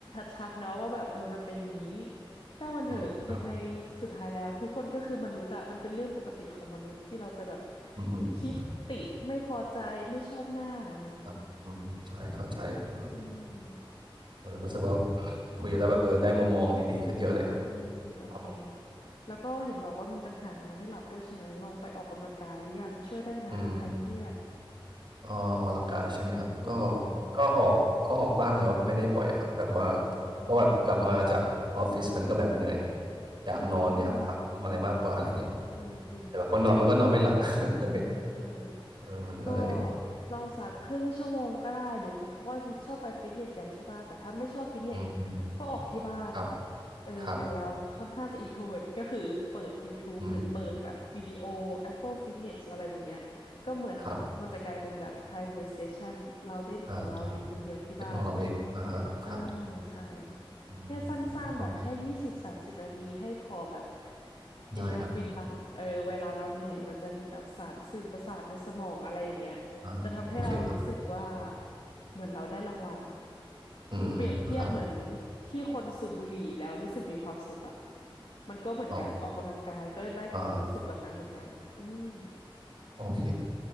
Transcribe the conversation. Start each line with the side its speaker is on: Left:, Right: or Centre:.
Left: ชัดๆเนาะว่าแบบเออมันเป็นอย่างนี้ช่างมันเถอะยังไง
Right: อืมครับ
Left: สุดท้ายแล้วทุกคนก็คือมนุษย์อะมันเป็นเรื่องปกติของมนุษย์ที่เราจะแบบ
Right: อืม
Left: คิดติไม่พอใจไม่ชอบหน้าอะไรอย่างนี้
Right: ครับอืมใช่เข้าใจอืม
Left: อืม
Right: เออรู้สึกว่า
Left: เนอะ
Right: <coughs> คุยแล้วแบบเออได้มุมมองดีๆขึ้นเยอะเลยครับ
Left: อืมโอเค
Right: ครับผม
Left: แล้วก็เห็นบอกว่ามีปัญหานอนไม่หลับด้วยใช่ไหมลองไปออกกำลังกายหรือยังช่วยได้นะคลายเครียด
Right: อืม เอ่อออกกำลังกายใช่ไหมครับก็
Left: อืม
Right: ก็ออกก็ออกบ้างแต่ว่าไม่ได้บ่อยครับแบบว่า
Left: อืม
Right: เพราะแบบกลับมาจากออฟฟิศมันก็แบบเหนื่อยอยากนอนอยากพักทำอะไรมากกว่าอะไรเงี้ย
Left: อืมเออจริงมันก็
Right: แต่แบบพอนอนมันก็นอนไม่หลับ <laughs> เลย
Left: เออเออ
Right: เออมันก็เลย
Left: ก็ลองสักครึ่งชั่วโมงก็ได้เดี๋ยวนี้เขาก็ฮิตชอบไปฟิตเนสกันใช่ป่ะแต่ถ้าไม่ชอบฟิตเนส
Right: อืมอืม
Left: ก็ออกที่บ้าน
Right: ครับ
Left: เอออย่างเรางี้ค่อนข้างจะอินโทรเวิร์ตก็คือเปิด
Right: ครับ
Left: YouTube
Right: อืม
Left: หรือเปิดแบบวิดีโอ Apple Fitness อะไรแบบเนี้ยก็เหมือนมันมันจะกลายเป็นแบบ
Right: ครับ
Left: private session เวทเซสชั่นเราเล่นของเราอยู่คนเดียวที่บ้าน
Right: อ่าอ่าเป็นของเราเองอ่าฮะครับ
Left: เออใช่
Right: อืมโอเค
Left: แค่สั้นๆแบบแค่ยี่สิบสามสิบนาทีให้พอแบบเอนโดฟินหลั่งเออเวลาเราเหนื่อยมันจะมีแบบสารสื่อประสาทในสมองอะไรอย่างเงี้ยจะทำให้เรารู้สึกว่า
Right: ได้ครับอ่าโอเคครับ
Left: เหมือนเราได้รางวัล
Right: อืมครับ
Left: เปรียบเทียบเหมือนที่คนสูบบุหรี่แล้วรู้สึกมีความสุขอ่ะมันก็เหมือนกันออกกำลังกายก็ได้ความรู้สึกแบบนั้นเหมือนกันอืม
Right: อ๋ออ่าฮะโอเค